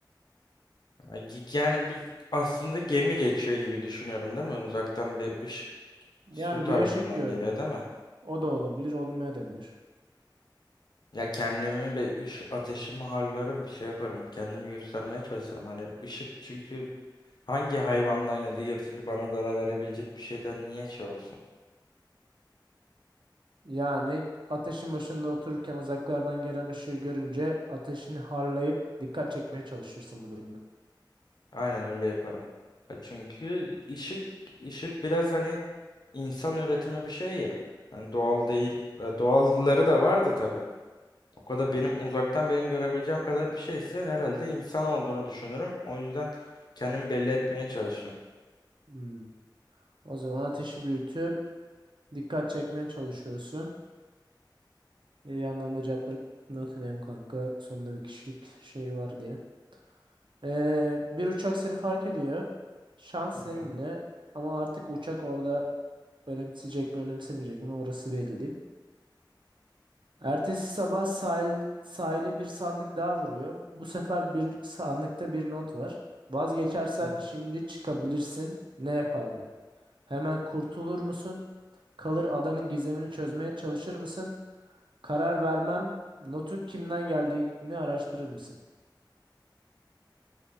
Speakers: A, on the left (about 60°); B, on the right (about 80°).
A: Ya gi- Yani bir aslında gemi geçiyor gibi düşünüyorum değil mi? Uzaktan bir ışık
B: Yani
A: su tarafından
B: bir ışık gördün.
A: geliyor değil mi?
B: O da olabilir, olmaya da bilir.
A: Ya kendimi bir ış ateşimi harlarım bir şey yaparım. Kendimi göstermeye çalışırım. Hani ışık çünkü Hangi hayvandan ya da yırtıcı bana zarar verebilecek bir şeyden niye şey olsun?
B: Yani ateşin başında otururken uzaklardan gelen ışığı görünce ateşini harlayıp dikkat çekmeye çalışırsın bu durumda.
A: Aynen öyle yaparım. Ya çünkü ışık ışık biraz hani insan üretimi bir şey ya. Hani doğal değil. Ya doğalları da vardı tabii. O kadar benim uzaktan benim görebileceğim kadar bir şeyse herhalde insan olduğunu düşünürüm. O yüzden kendimi belli etmeye çalışırım.
B: Hmm. O zaman ateşi büyütüp dikkat çekmeye çalışıyorsun. E, Bir yandan da cevapları hatırlayayım kanka. Sonunda bir kişilik şey var diye. Ee, bir uçak seni fark ediyor. Şans seninle.
A: Hı hı.
B: Ama artık uçak orada önemseyecek mi önemsemeyecek mi orası belli değil. Ertesi sabah sahil, sahile bir sandık daha vuruyor. Bu sefer bir sandıkta bir not var. Vazgeçersen
A: hı hı.
B: şimdi çıkabilirsin. Ne yapardın? Hemen kurtulur musun? Kalır adanın gizemini çözmeye çalışır mısın? Karar vermem. Notu kimden geldiğini araştırır mısın?